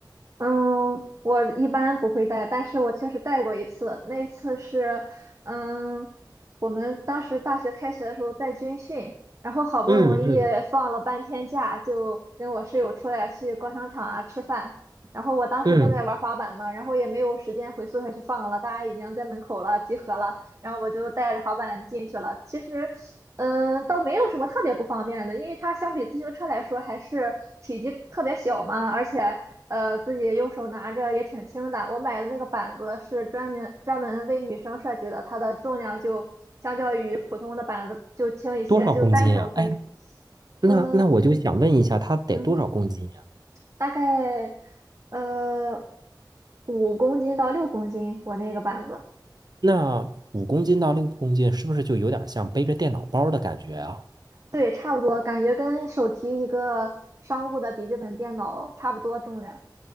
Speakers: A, on the right (about 40°); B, on the right (about 60°).
A: 嗯，我一般不会带，但是我确实带过一次。那次是，嗯，我们当时大学开学的时候在军训，然后好不容易放了半天假，
B: 嗯嗯
A: 就跟我室友出来去逛商场啊吃饭。然后我当时正在玩滑板嘛，
B: 嗯，
A: 然后也没有时间回宿舍去放了，大家已经在门口了，集合了。然后我就带着滑板进去了。其实，嗯，倒没有什么特别不方便的，因为它相比自行车来说还是体积特别小嘛，而且呃自己用手拿着也挺轻的。我买的那个板子是专门专门为女生设计的，它的重量就相较于普通的板子就轻一些，
B: 多少公斤呀？
A: 就单手可以拿
B: 哎，那那我就想问一下，
A: 呃
B: 它得多少公斤呀？
A: 嗯，大概呃五公斤到六公斤，我那个板子。
B: 那五公斤到六公斤，是不是就有点像背着电脑包的感觉啊？
A: 对，差不多，感觉跟手提一个商务的笔记本电脑差不多重量。